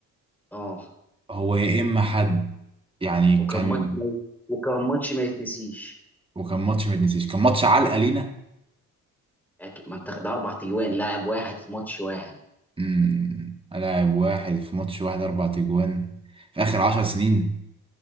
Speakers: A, in the centre; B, on the right.
A: اه
B: هو يا اما حد يعني
A: وكان
B: كان
A: ماتش ما وكان ماتش ما يتنسيش
B: وكان ماتش ما يتنسيش كان ماتش علقة لينا
A: أكيد ما انت ده اربع تجوان لاعب واحد في ماتش واحد
B: امم لاعب واحد في ماتش واحد اربع تجوان في اخر عشر سنين